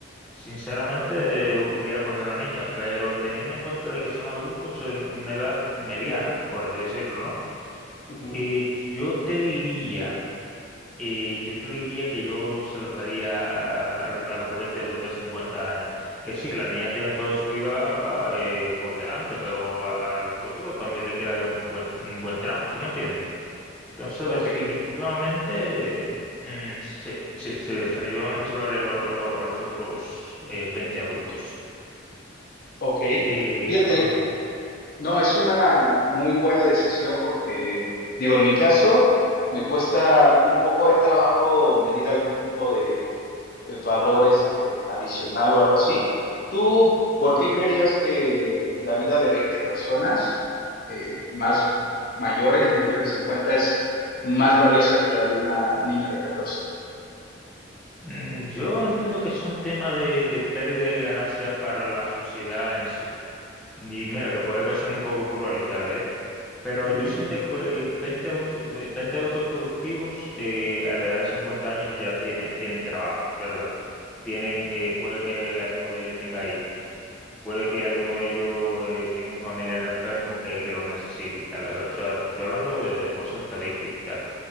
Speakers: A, in the centre; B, on the left (about 45°).
A: sinceramente eh, hubiera cogido a la niña, pero teniendo en cuenta de que son adultos en una edad mediana, por así decirlo, ¿no?
B: Ujú.
A: Eh, yo te diría... Y yo te diría que yo salvaría a, a los, a los juguetes adultos de 50 años. Que sí, que la niña tiene toda su vida eh, por delante, pero a, a los otros también le queda un buen, un buen tramo, ¿tú me entiendes? Entonces,
B: Ok,
A: definitivamente, mm, sí, sí, sí, definitivamente salvaría a, lo- a lo- a los otros eh, 20 adultos.
B: ok.
A: Eh,
B: Fíjate,
A: ajá.
B: no, es una muy buena decisión porque, digo, en mi caso, me cuesta un poco de trabajo medir algún tipo de eh, valores eh, adicional o algo así. ¿Tú por qué creerías que la vida de veinte personas eh, más mayores, mayores de 50, es más valiosa que la de una niña de catorce?
A: Mm, Yo entiendo que son temas de, de pérdida de ganancia para la sociedad en sí. Y mira, que puede que suene un poco cruel y tal, ¿eh? Pero
B: Ujú,
A: yo siento que 20 adultos, 20 adultos productivos eh, a la edad de 50 años ya tiene, tienen trabajos, ¿verdad? Tienen, eh, puede que alguno de ellos tenga hijos, puede que alguno de ellos eh, tenga un familiar enfermo que, que los necesite y tal. O sea, te estoy hablando de, de cosas estadísticas y tal.